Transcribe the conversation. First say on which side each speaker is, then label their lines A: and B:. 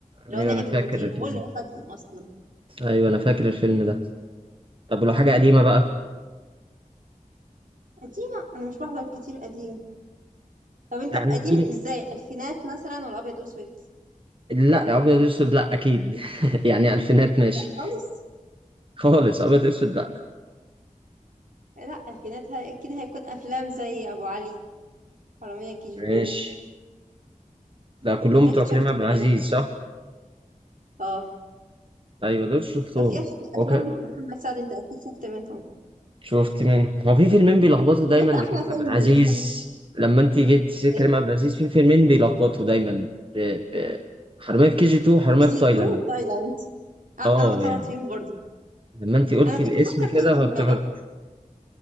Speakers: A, on the right; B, on the right.
A: لو
B: ايوه
A: نائب
B: انا فاكر
A: المدير هو
B: ال-
A: اللي رفضهم اصلا
B: ايوه انا فاكر الفيلم ده طب ولو حاجة قديمة بقى
A: قديمه انا مش بحضر كتير قديم طب انت
B: يعني
A: قديم
B: اديني
A: ازاي الفينات مثلا ولا ابيض واسود
B: لا ابيض اسود لا اكيد <laughs> يعني الفينات ماشي
A: لا خالص
B: خالص ابيض اسود لا
A: لا الفينات هي- اكيد هيكون افلام زي ابو علي حراميه كي جي
B: ماشي
A: تو
B: ده كلهم
A: انت
B: بتوع
A: اكيد
B: كريم
A: شفت
B: عبد
A: كل
B: العزيز
A: ده
B: صح؟
A: اه
B: ايوه دول شفتهم
A: وفي أف- افلام
B: هو
A: محمد سعد انت اكيد شفت منهم
B: شفت منه هو في فيلمين بيلخبطوا دايما
A: طب انت
B: لكريم
A: احلى فيلم
B: عبد العزيز
A: لمحمد
B: لما انت جيت تسير
A: سلام
B: كريم عبد العزيز في فيلمين بيلخبطوا دايما ب... ب... حرامية في كي جي 2 وحرامية
A: كي
B: في
A: جي
B: تايلاند
A: 2 وتايلاند اه،
B: اه
A: انا بتلخبط
B: يعني
A: فيهم برضو
B: لما انت قلتي
A: انا كنت
B: الاسم
A: بفكر
B: كده
A: فيهم امبارح
B: فافتكرت